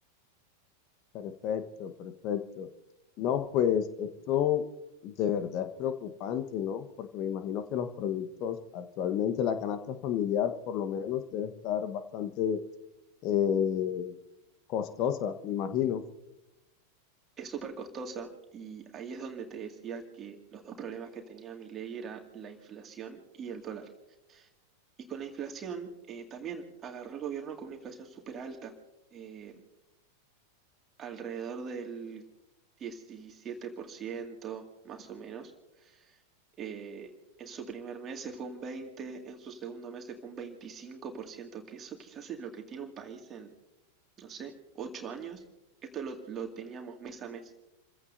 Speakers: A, on the left; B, on the right.
A: Perfecto, perfecto. No, pues esto de verdad es preocupante, ¿no? Porque me imagino que los productos actualmente, la canasta familiar por lo menos debe estar bastante eh, costosa, me imagino.
B: Es súper costosa y ahí es donde te decía que los dos problemas que tenía Milei era la inflación y el dólar. Y con la inflación eh, también agarró el gobierno con una inflación súper alta, eh, alrededor del 17% más o menos. Eh, en su primer mes se fue un 20%, en su segundo mes se fue un 25%, que eso quizás es lo que tiene un país en, no sé, 8 años. Esto lo, lo teníamos mes a mes.